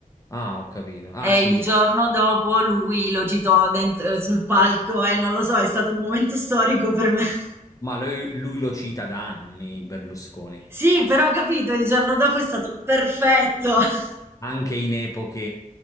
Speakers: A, on the left; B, on the right.
A: Ah, ho capito. Ah,
B: E
A: sì,
B: il giorno
A: sì.
B: dopo lui lo citò dent- eh, sul palco e non lo so, è stato un momento storico per me. <laughs>
A: Ma lui, lui lo cita da anni, Berlusconi.
B: Sì, però ho capito, il giorno dopo è stato perfetto. <laughs>
A: anche in epoche